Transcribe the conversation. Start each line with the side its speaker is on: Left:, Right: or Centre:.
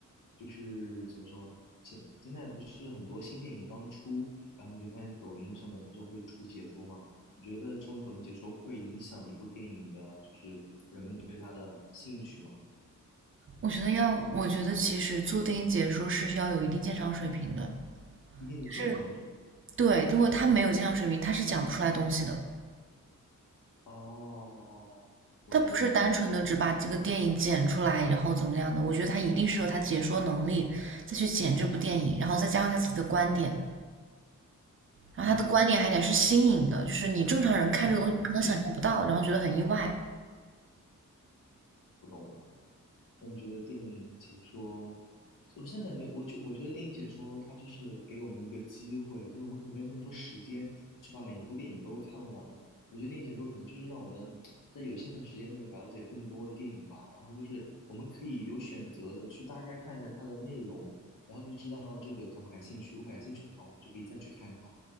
Left: 就是怎么说，现现在不是很多新电影刚出，然后你就发现抖音上面它就会出解说吗？你觉得这种抖音解说会影响一部电影的，就是人们对它的兴趣吗？
Right: 我觉得要，我觉得其实做电影解说是要有一定鉴赏水平的，
Left: 一定的鉴赏水
Right: 就是对，如果他没有鉴赏水平，他是讲不出来东西的。
Left: 哦，我理解你，
Right: 他不是单纯的只把这个电影剪出来，然后怎么样的？我觉得他一定是有他解说能力，再去剪这部电影，然后再加上他自己的观点，然后他的观点还得是新颖的，
Left: 嗯
Right: 就是你正常人看这个东西可能想象不到，
Left: <laughs>，
Right: 然后觉得很意外，
Left: 我懂了。那你觉得电影解说，我现在感觉，我觉我觉得电影解说它就是给我们一个机会，就是我们可能没有那么多时间去把每一部电影都看完。我觉得电影解说可能就是让我们在有限的时间内了解更多的电影吧，然后就是我们可以有选择的去大概看一下它的内容，然后就知道这个感不感兴趣。如果感兴趣的话，我们就可以再去看它。